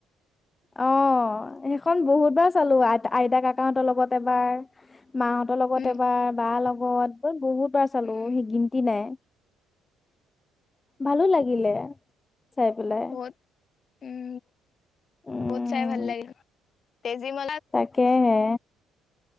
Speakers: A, on the left; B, on the left.
A: অ সেইখন বহুত বাৰ চালো আই আইতা কাকাহঁতৰ লগত এবাৰ মাহতৰ তঁতৰ লগত
B: উম
A: এবাৰ বা লগত ব বহুত বাৰ চালো
B: উম
A: সি গিনন্তি নাই ভালো লাগিলে চাই পেলাই
B: বহুত উম
A: উম
B: বহুত চাই ভাল লাগিল তেজি ম
A: তাকেহে,